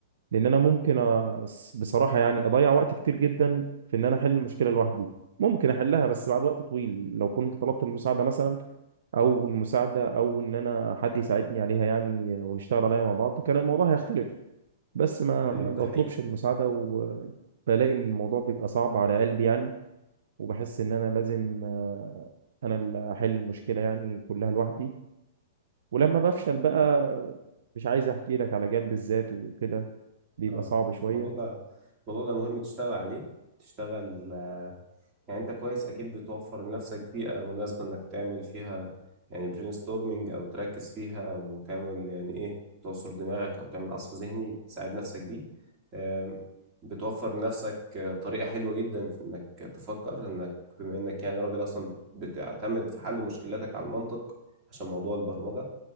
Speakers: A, on the right; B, on the right.
A: لان انا ممكن أس- بصراحه يعني اضيع وقت كتير جدا في ان انا احل المشكله لوحدي ممكن احلها بس بعد وقت طويل لو كنت طلبت المساعده مثلا او المساعده او ان انا حد يساعدني عليها يعني ونشتغل عليها مع بعض كان الموضوع هيختلف بس ما
B: ايوه
A: ما بطلبش
B: ده حقيقي
A: المساعده وبلاقي ان الموضوع بيبقى صعب على قلبي يعني وبحس ان انا لازم آه، انا اللي احل المشكله يعني كلها لوحدي ولما بفشل بقى مش عايز احكي لك على جلد الذات وكده بيبقى
B: اه
A: صعب شويه
B: الموضوع ده الموضوع ده مهم تشتغل عليه تشتغل آه، يعني انت كويس اكيد بتوفر لنفسك بيئة مناسبة انك تعمل فيها يعني برين ستورمنج او تركز فيها وتعمل يعني ايه تعصر دماغك او تعمل عصف ذهني تساعد نفسك بيه آم، بتوفر لنفسك آه، طريقة حلوة جدا في انك تفكر انك بما انك يعني راجل اصلا بت- بتعتمد في حل مشكلاتك على المنطق عشان موضوع البرمجة